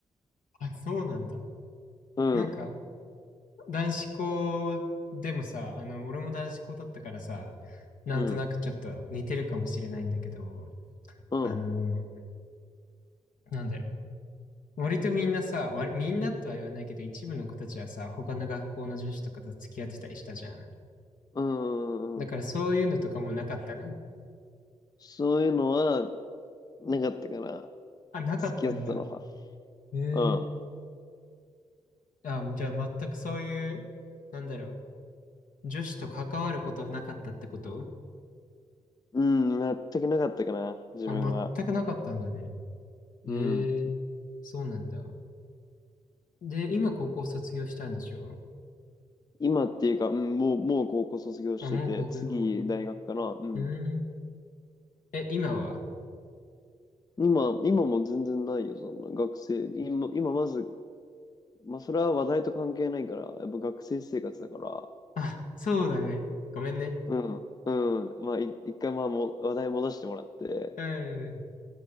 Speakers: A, on the left (about 70°); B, on the left (about 25°).
A: あ、そうなんだ。
B: うん、
A: なんか、男子校でもさ、あの、俺も男子校だったからさ、なんとなくちょっと似てるかもしれないんだけど、
B: うん、うん、
A: あの、なんだろう割とみんなさ、割みんなとは言わないけど、一部の子たちはさ、他の学校の女子とかと付き合ってたりしたじゃん。
B: うん、
A: だからそういうのとかもなかったの。
B: うん。そういうのはなかったかな。
A: あ、なかったんだ。
B: 付き合ってたのは。
A: へえ。
B: う
A: あ、じゃあ全くそういう、なんだろう、女子と関わることはなかったってこと
B: ん、うん、全くなかったかな、自分は。
A: あ、全くなかったんだね。
B: うん。
A: へえ、そうなんだ。で、今高校卒業したんでしょ
B: 今っていうか、うん、もう、もう高校卒業してて、
A: あ、もう高校。
B: 次大学かな。
A: う
B: うん。
A: ーん。え、今は
B: 今、今も全然ないよ、そんな学生。今、今まず、まあ、それは話題と関係ないから、やっぱ学生生活だから、
A: あ、そうだね。ごめんね。
B: うん、うん。まあ、い一回、まあ、も、話題戻してもらって、
A: うん。